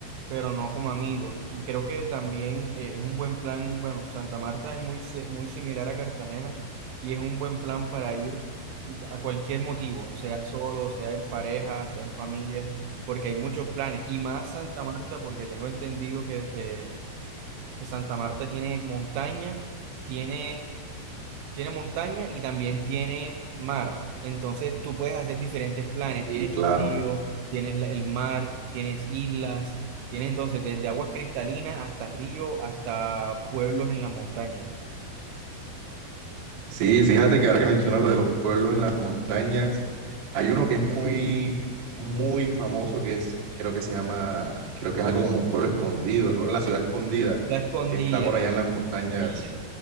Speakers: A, on the right (about 80°); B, on the right (about 60°).
A: pero no como amigo. Y creo que también eh, es un buen plan, bueno, Santa Marta es muy, si- muy similar a Cartagena y es un buen plan para ir a cualquier motivo, sea solo, sea en pareja, sea en familia, porque hay muchos planes. Y más Santa Marta, porque tengo entendido que, eh, que Santa Marta tiene montaña, tiene tiene montaña y también tiene mar. Entonces tú puedes hacer diferentes planes.
B: Y
A: Tienes
B: claro,
A: el río, tienes la- el mar, tienes islas, tienes entonces desde aguas cristalinas hasta río, hasta pueblos en la montaña.
B: sí, fíjate que ahora que mencionas lo de los pueblos en las montañas, hay uno que es muy, muy famoso que es, creo que se llama, creo que es algo como Pueblo Escondido, es como la ciudad escondida
A: La escondida.
B: que está por allá en las montañas.